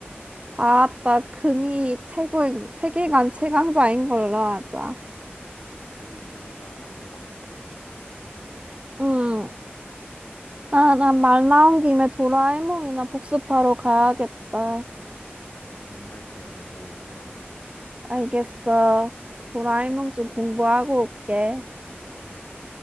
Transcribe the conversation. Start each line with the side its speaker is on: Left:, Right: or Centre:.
Right: 알았다. 금이 최고인, 세계관 최강자인 걸로 하자.
Left: 그래, 금이 최고다. 아무도 막을 수 없다, 이거는.
Right: 응. 아, 난 말 나온 김에 도라에몽이나 복습하러 가야겠다.
Left: 가서 빅라이트나 좀 보고 오라고.
Right: 알겠어. 도라에몽 좀 공부하고 올게.
Left: 그래.